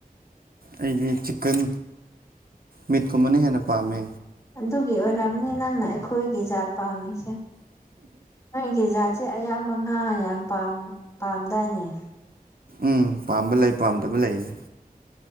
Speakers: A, on the right; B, on the left.
A: ꯑꯩꯗꯤ ꯆꯤꯛꯀꯟ ꯃꯤꯠꯀꯨꯝꯕꯅ ꯍꯦꯟꯅ ꯄꯥꯝꯃꯦ
B: ꯑꯗꯨꯒꯤ ꯑꯣꯏꯔꯝꯃꯅꯤ ꯅꯪꯅ ꯑꯩꯈꯣꯏꯒꯤ ꯖꯥꯠ ꯄꯥꯝꯃꯤ ꯁꯦ ꯅꯣꯏꯒꯤ ꯖꯥꯠꯁꯦ ꯑꯌꯥꯝꯕ ꯉꯥ ꯌꯥꯝꯌꯥꯝ ꯄꯥꯝ ꯄꯥꯝꯗꯥꯏꯅꯦ
A: ꯎꯝ ꯄꯥꯝꯕ ꯂꯩ ꯄꯥꯝꯗꯕ ꯂꯩꯌꯦ